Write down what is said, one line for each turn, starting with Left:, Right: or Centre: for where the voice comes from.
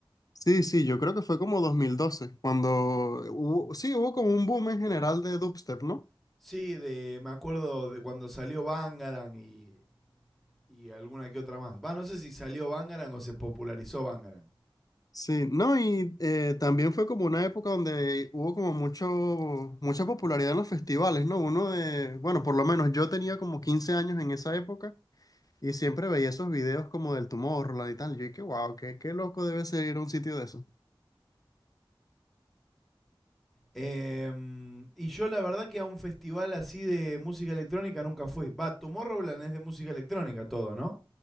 Left: Sí, sí, yo creo que fue como 2012 cuando hubo, sí, hubo como un boom en general de dubstep, ¿no?
Centre: Sí, de, me acuerdo de cuando salió Bangarang y, y alguna que otra más. Va, no sé si salió Bangarang o se popularizó Bangarang.
Left: Sí, no, y eh, también fue como una época donde hubo como mucho, mucha popularidad en los festivales, ¿no? Uno de, bueno, por lo menos yo tenía como 15 años en esa época y siempre veía esos videos como del Tomorrowland y tal. Yo dije, wow, qué, qué loco debe ser ir a un sitio de eso.
Centre: Em, y yo la verdad que a un festival así de música electrónica nunca fui. Va, Tomorrowland es de música electrónica todo, ¿no?